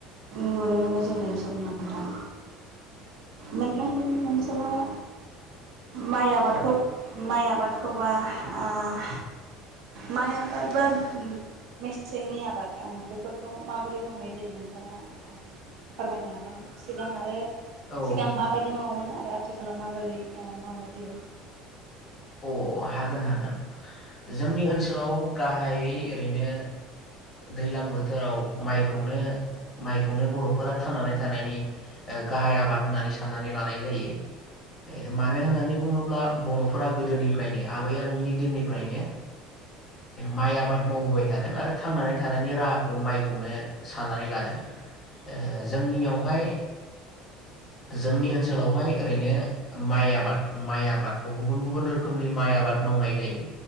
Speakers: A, on the right; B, on the left.
A: नुनो मोनो जोंनि ओनसोलाव नोंथां नोंथां मोननि ओनसोलाव माइ आबादखौ
B: औ
A: माइ आबादखौबा आह माइ आबादबा मेसेंनि आबाद ओ बेफोरखौ माबोरै मावनाय जायो नोंथाङा ओ फोरमायनो हागोन? सिगां आरो
B: औ
A: सिगां माबायदि मावोमोन? आरो आथिखालाव माबोरै ओ मावनाय जायो??
B: अ हागोन हागोन। जोंनि ओनसोलाव गाहायै ओरैनो दैज्लां बोथोराव माइखौनो माइखौनो बर'फोरा थांनानै थानायनि ओ गाहाय आबाद होननानै साननानै लानाय जायो ओ मानो होननानै बुङोब्ला बर'फोरा गोदोनिफ्राय फ्रायनो आबै आबौनि दिननिफ्रायनो माइ आबाद मावबोबाय थादों आरो थांनानै थानायनि राहाखौ माइखौनो साननानै लादों। ओ
A: नंगौ नोंथाङा
B: जोंनियावहाय जोंनि ओनसोलावहाय ओरैनो माइ आबाद माइ आबादखौ गुबुन गुबुन रोखोम रोखोमनि माइ आबाद मावनाय जायो